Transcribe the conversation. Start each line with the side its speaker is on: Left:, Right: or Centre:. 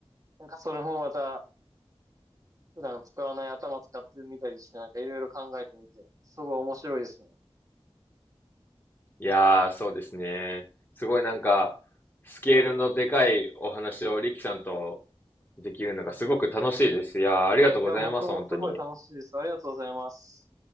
Right: なんかそれもまた、普段使わない頭使ってみたりして、なんかいろいろ考えてみて、すごい面白いですね。
Left: いやー、そうですね。すごいなんか、スケールのでかいお話をリキさんと
Right: は
Left: できるのがすごく楽しいです。いやー、ありがとうございます、
Right: い。いや、僕もすごい楽しいです。
Left: 本当に。
Right: ありがとうございます。